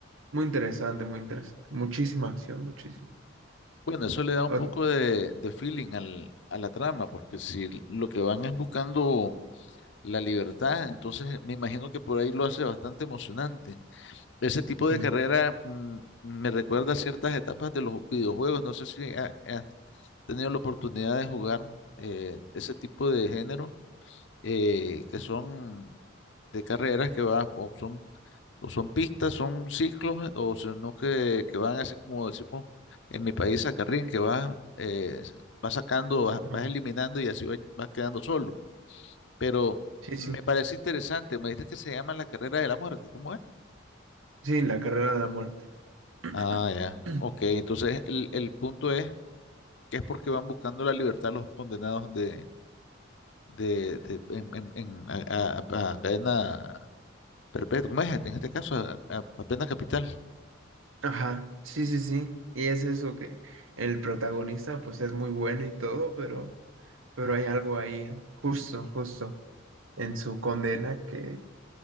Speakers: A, on the right; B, on the left.
A: Muy interesante, muy interesante. Muchísima acción, muchísimo.
B: Bueno, eso le da un
A: Oh,
B: poco de, de feeling al- a la trama, porque si lo que van es buscando la libertad, entonces eh, me imagino que por ahí lo hace bastante emocionante. Ese tipo
A: sí,
B: de carrera mm, me recuerda a ciertas etapas de los videojuegos. No sé si ha- has tenido la oportunidad de jugar eh, ese tipo de género. eh, que son de carreras que van, o son, o son pistas, son ciclos, eh, o sino que, que van así como decimos en mi país a carrín, que vas, eh, vas sacando, vas,
A: no,
B: vas eliminando y así va- vas, quedando solo. Pero
A: sí,
B: me
A: sí.
B: parece interesante, me dices que se llama la carrera de la muerte, ¿cómo es?
A: Sí, la carrera de la muerte. <clears throat>
B: Ah, ya, ok, entonces el, el punto es que es porque van buscando la libertad los condenados de... de, de- en, en- en- a, a- a cadena Perfecto, como es? En este caso, a- a- apenas Capital.
A: Ajá, sí, sí, sí. Y es eso que el protagonista pues es muy bueno y todo, pero, pero hay algo ahí en- justo, justo en su condena que